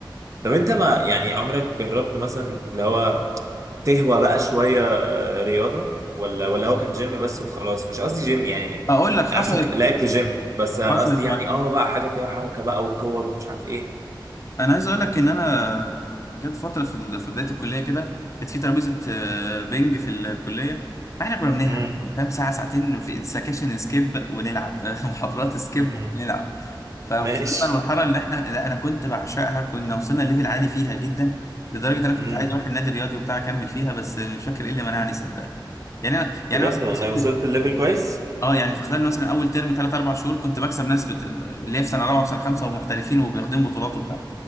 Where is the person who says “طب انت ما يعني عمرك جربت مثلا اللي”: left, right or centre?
Right